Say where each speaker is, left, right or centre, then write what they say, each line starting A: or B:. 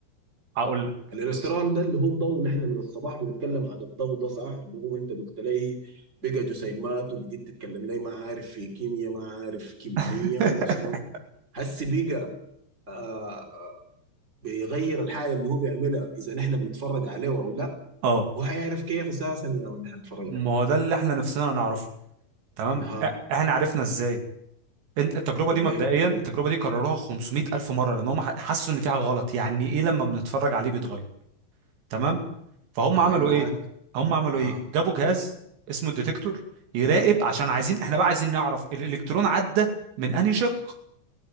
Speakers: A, on the right; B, on the right.
A: هقول لك
B: الالكترون
A: بص
B: ده اللي هو الضوء نحن من الصباح بنتكلم عن الضوء ده صح اللي هو انت قلت لي بقى جسيمات وبديت تتكلم لي ما عارف في كيمياء ما عارف كمية
A: <laughs>
B: ولا شنو هسي بقى آه بيغير الحاجة اللي هو بيعملها إذا نحن بنتفرج عليه أو لا
A: اه
B: هو حيعرف كيف أساسا يا يعني نحن نتفرج
A: ما
B: عليه
A: هو ده اللي احنا نفسنا نعرفه تمام
B: أها
A: إ- احنا عرفنا ازاي انت التجربه
B: قول
A: دي مبدئيا
B: لي
A: التجربه دي كرروها 500 الف مره لان هم ح- حسوا ان في حاجه غلط يعني ايه لما بنتفرج عليه بيتغير تمام فهم
B: هاي
A: عملوا
B: معاك
A: ايه هم عملوا
B: أها
A: ايه جابوا جهاز اسمه الديتكتور يراقب عشان عايزين احنا بقى عايزين نعرف الالكترون عدى من انهي شق